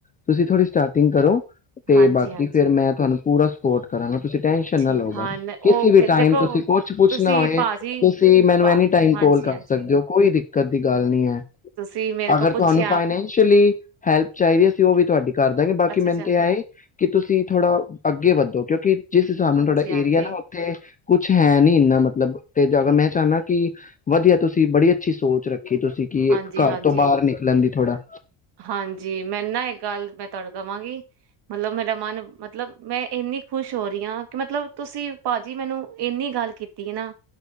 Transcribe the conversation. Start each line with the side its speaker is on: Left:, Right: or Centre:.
Left: ਤੁਸੀਂ ਥੋੜ੍ਹੀ ਸਟਾਰਟ ਕਰੋ ਤੇ
Right: ਹਾਂਜੀ
Left: ਬਾਕੀ
Right: ਹਾਂਜੀ
Left: ਫੇਰ ਮੈਂ ਤੁਹਾਨੂੰ ਪੂਰਾ ਸਪੋਰਟ ਕਰਾਂਗੇ ਤੁਸੀਂ ਟੈਨਸ਼ਨ
Right: ਠੀਕ
Left: ਨਾ ਲਵੋ
Right: ਹਾਂ
Left: ਕਿਸੇ
Right: ਓਕੇ
Left: ਵੀ ਟਾਈਮ
Right: ਦੇਖੋ
Left: ਤੁਸੀਂ ਕੁਛ ਪੁੱਛਣਾ
Right: ਤੁਸੀਂ
Left: ਹੋਏ
Right: ਭਾਜੀ
Left: ਤੁਸੀਂ ਮੈਨੂੰ
Right: ਭਾ-
Left: ਐਨੀ ਟਾਈਮ
Right: ਹਾਂਜੀ
Left: ਕੋਲ ਕਰ
Right: ਹਾਂਜੀ
Left: ਸਕਦੇ ਹੋ ਕੋਈ ਦਿੱਕਤ ਦੀ ਗੱਲ ਨਹੀਂ ਹੈ
Right: ਤੁਸੀਂ ਮੇਰੇ
Left: ਅਗਰ
Right: ਕੋਲ ਪੁੱਛਿਆ
Left: ਤੁਹਾਨੂੰ ਫਾਈਨੈਂਸ਼ਅਲੀ ਹੈਲਪ ਚਾਹੀਦੀ ਹੈ ਸੀ ਉਹ ਵੀ ਤੁਹਾ ਤੇ ਕਰਦੈ।
Right: ਅੱਛਾ
Left: ਕੀ ਮੈਂ
Right: ਅੱਛਾ
Left: ਨ ਤੇ ਆਏ ਕਿ ਤੁਸੀਂ ਥੋੜਾ ਅੱਗੇ ਵੱਧੋ ਕਿਉਂਕਿ ਜਿਸ ਹਿਸਾਬ ਨਾਲ
Right: ਹਾਂਜੀ
Left: ਤੁਹਾਡਾ
Right: ਹਾਂਜੀ
Left: ਏਰੀਆ ਨਾ ਉੱਥੇ ਕੁਛ ਹੈ ਨੀ ਇੰਨਾ ਮਤਲਬ ਤੇ ਮੈਂ ਚਾਹੁੰਨਾ ਕਿ ਵਧੀਆ ਤੁਸੀਂ ਬੜੀ ਅੱਛੀ ਸੋਚ ਰੱਖ ਕੀ ਤੁਸੀਂ ਕੀ
Right: ਹਾਂਜੀ-ਹਾਂਜੀ,
Left: ਘਰ ਤੋਂ ਬਾਹਰ
Right: ਹਾਂਜੀ
Left: ਨਿਕਲਣ ਦੀ ਥੋੜਾ
Right: ਹਾਂਜੀ ਮੈਂ ਨਾ ਇੱਕ ਗੱਲ ਮੈਂ ਤੁਹਾਨੂੰ ਕਵਾਂਗੀ ਮਤਲਬ ਮੇਰਾ ਮਨ ਮਤਲਬ ਮੈਂ ਇੰਨੀ ਖੁਸ਼ ਹੋ ਰਹੀ ਹਾਂ ਕਿ ਮਤਲਬ ਤੁਸੀਂ ਭਾਜੀ ਮੈਨੂੰ ਇਨੀ ਗੱਲ ਕੀਤੀ ਨਾ